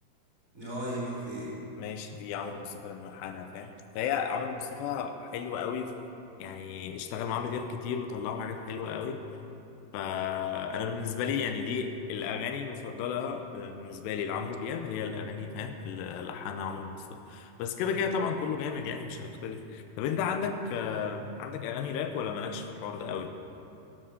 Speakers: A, on the right; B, on the left.
A: اه يهمك في ايه
B: ماشي دي عمرو مصطفى الملحنه فاهم فهي عمرو مصطفى حلو قوي يعني اشتغل مع عمرو دياب كتير وطلعوا حاجات حلوه قوي فانا بالنسبه لي يعني دي الاغاني المفضله آه، بالنسبه لي لعمرو دياب هي الاغاني فاهم اللي لحنها عمرو مصطفى بس كده كده طبعا كله جامد يعني مش هنختلف طب انت عندك آه، عندك اغاني راب ولا مالكش في الحوار ده قوي